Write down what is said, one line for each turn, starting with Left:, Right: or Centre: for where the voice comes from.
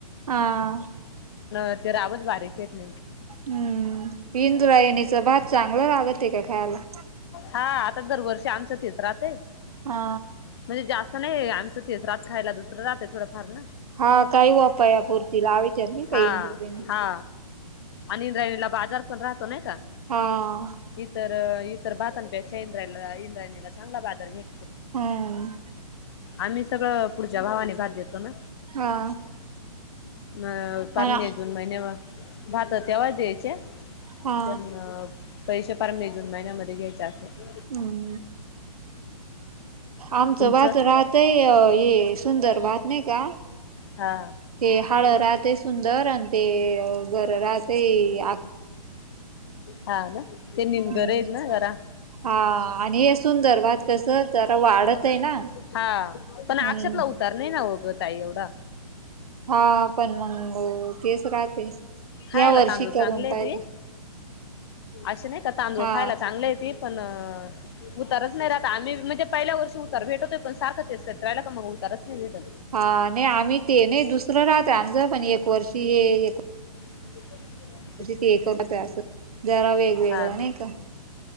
Right: हा
Left: अत रावज बारीकच <unintelligible>
Right: हम्म इंद्रायणीच भात चांगलं लागत का खायला
Left: हा आता दरवर्षी आमचं तेच राहते
Right: हा
Left: म्हणजे जास्त नाही आमचं तेस रात खायला दुसर रात आहे थोडंफार ना
Right: हा काही वापयापुरती लावीत्यात नाही का
Left: हा
Right: इंद्रायणी.
Left: हा अनिंद्रायणीला बाजार पण राहतो नाय का
Right: हा!
Left: इतर इतर भातांपेक्षा इंद्रायला इंद्रायणीला चांगला बाजार भे
Right: हम्म
Left: आम्ही सगळं पुढच्या भावाने भात देतो ना.
Right: हा!
Left: अ पण
Right: हा
Left: जून महिन्याव भात तेव्हा द्यायचे?
Right: हा
Left: पण पैसे फार मे जून महिन्यामध्ये घ्यायचे असत्यात.
Right: हम्म! आमचं
Left: तुमचं
Right: भात राहतय हे सुंदर भात नाही का
Left: हा!
Right: ते हळ राहतय सुंदर आणि ते घर राहतय
Left: हाव ना ते निम
Right: हम्म
Left: घर आहेत ना जरा.
Right: हा आणि हे सुंदर भात कसं तर वाढतय ना!
Left: हा पण आक्षतला
Right: हम्म
Left: उतार नाही ना वगं ताई एवढं?
Right: हा पण मंग तेच राहते.
Left: खायला
Right: या वर्षी
Left: तांदूळ
Right: करून
Left: चांगले आहे
Right: पाहिले
Left: ते असे नाही का तांदूळ
Right: हा
Left: खायला चांगलेयत. ते पण उतारच नाही राहता आम्ही म्हणजे पहिल्या वर्ष उतार भेटतो पण सारखं तेच करत राहिला का मग उतारच नाही भेटत.
Right: हा नाही आम्ही ते नाही दुसरं राहत आमचं पण एक वर्षी हे
Left: <unintelligible>
Right: तेक करतोय आस जरा वेग वेगळा
Left: हा ना
Right: नाय का?